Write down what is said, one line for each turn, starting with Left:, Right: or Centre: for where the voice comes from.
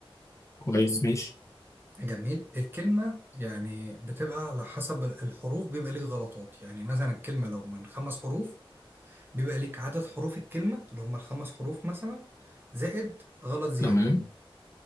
Left: كويس ماشي
Right: جميل الكلمة يعني بتبقى على حسب الحروف بيبقى ليك غلطات يعني مثلا الكلمة لو من خمس حروف بيبقى ليك عدد حروف الكلمة اللي هم الخمس حروف مثلا زائد غلط زيادة
Left: تمام